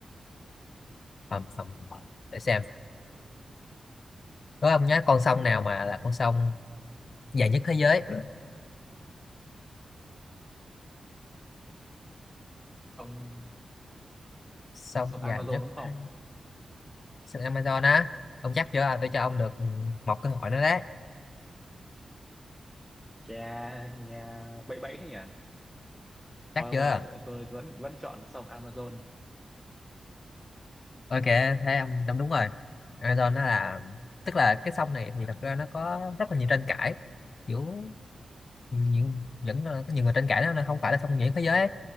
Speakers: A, on the left; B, in the centre.
A: ầm, ầm, ầm. để xem đố ông nhá con sông nào mà là con sông dài nhất thế giới
B: sông
A: sông
B: sông Amazon
A: dài nhất
B: đúng không
A: thế sông Amazon á ông chắc chưa tôi cho ông
B: À,
A: được một cơ hội nữa đấy
B: nghe nghe bậy bậy thế nhỉ
A: chắc
B: thôi ông
A: chưa
B: ơi tôi vẫn vẫn chọn sông Amazon
A: ok thế ông đúng đúng rồi Amazon nó là tức là cái sông này thì thật ra nó có rất là nhiều tranh cãi kiểu những những ờ, có nhiều người tranh cãi đó nó là không phải là song nhiệt thế giới ấy.